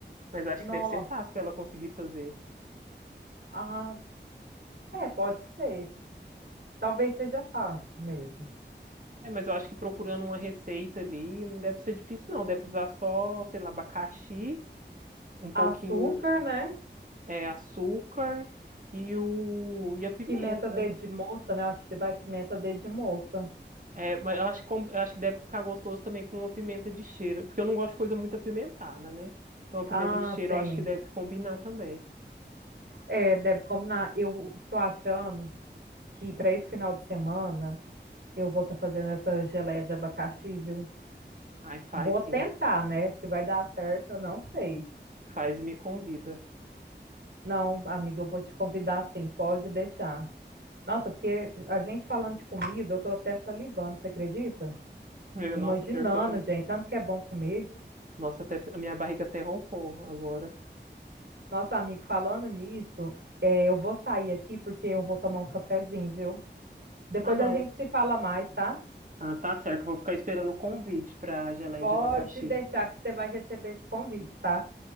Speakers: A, on the right; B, on the right.
A: Mas eu acho
B: nossa.
A: que deve ser fácil para ela conseguir fazer.
B: Ah, é, pode ser. Talvez seja fácil mesmo.
A: É, mas eu acho que procurando uma receita ali não deve ser difícil, não. Deve usar só, sei lá, abacaxi, um pouquinho,
B: Açúcar, né?
A: é, açúcar e, o, e a pimenta.
B: Pimenta dedo de moça, né? Acho que vai pimenta dedo de moça.
A: É, mas eu acho que, com- eu acho que deve ficar gostoso também com uma pimenta de cheiro, porque eu não gosto de coisa muito apimentada, né? Então a pimenta
B: Ah,
A: de cheiro
B: sim.
A: eu acho que deve combinar também.
B: É, deve combinar. Eu tô achando que para esse final de semana eu vou estar fazendo essa geleia de abacaxi, viu?
A: Ai, faz
B: Vou
A: sim,
B: tentar, né? Se vai dar certo, eu não sei.
A: faz e me convida.
B: Não, amiga, eu vou te convidar sim, pode deixar. Nossa, porque a gente falando de comida, eu tô até salivando, você acredita?
A: Meu,
B: Imaginando,
A: nossa, pior que eu tô.
B: gente, tanto que é bom comer.
A: Nossa, até a minha barriga até roncou agora.
B: Nossa amigo falando nisso, é, eu vou sair aqui porque eu vou tomar um cafezinho, viu? Depois
A: Ah, não.
B: a gente se fala mais, tá?
A: Ah, tá certo, vou ficar esperando o convite pra geleia
B: Pode
A: de abacaxi.
B: deixar que você vai receber esse convite, tá?